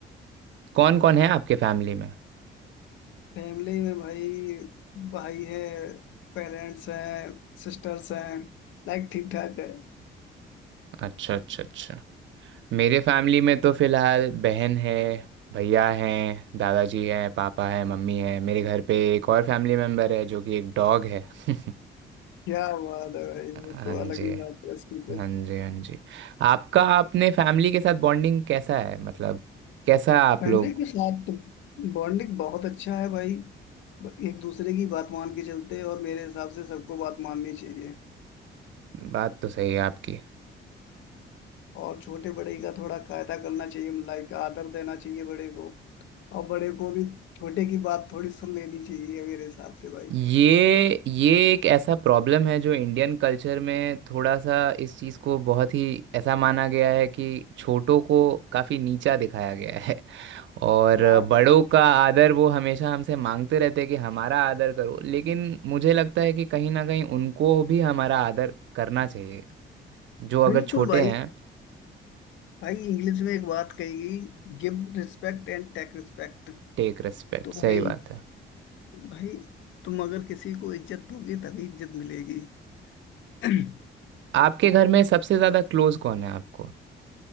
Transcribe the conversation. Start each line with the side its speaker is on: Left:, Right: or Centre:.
Right: कौन कौन है आपके फैमिली में
Left: फैमिली में भाई भाई है पेरेंट्स हैं सिस्टर्स हैं लाइक ठीक ठाक है
Right: अच्छा अच्छा अच्छा मेरे फैमिली में तो फिलहाल बहन है भैया हैं दादाजी हैं पापा हैं मम्मी हैं मेरे घर पे एक और फैमिली मेम्बर है जो कि एक डॉग है <laughs>
Left: क्या बात है भाई
Right: हाँ
Left: वो तो अलग
Right: जी
Left: ही बात है उसकी तो
Right: हाँ जी हाँ जी आपका आपने फैमिली के साथ बॉन्डिंग कैसा है मतलब कैसा आप
Left: फैमिली
Right: लोग
Left: के साथ तो बॉन्डिंग बहुत अच्छा है भाई ब- एक दूसरे की बात मान के चलते हैं और मेरे हिसाब से सबको बात माननी चाहिए
Right: बात तो सही है आपकी।
Left: और छोटे बड़े का थोड़ा कायदा करना चाहिए लाइक आदर देना चाहिए बड़े को और बड़े को भी छोटे की बात थोड़ी सुन लेनी चाहिए मेरे हिसाब से भाई
Right: ये ये एक ऐसा प्रॉब्लम है जो इंडियन कल्चर में थोड़ा सा इस चीज़ को बहुत ही ऐसा माना गया है कि छोटों को काफ़ी नीचा दिखाया गया है और
Left: हाँ भाई
Right: बड़ों का आदर वो हमेशा हमसे मांगते रहते हैं कि हमारा आदर करो लेकिन मुझे लगता है कि कहीं ना कहीं उनको भी हमारा आदर करना चाहिए जो अगर
Left: बिल्कुल
Right: छोटे
Left: भाई
Right: हैं
Left: भाई इंग्लिश में एक बात कही गई give respect and take respect
Right: टेक रिस्पेक्ट
Left: तो
Right: सही
Left: भाई
Right: बात है
Left: भाई तुम अगर किसी को इज्जत दोगे तभी इज्जत मिलेगी <clears throat>
Right: आपके घर में सबसे ज़्यादा क्लोज कौन है आपको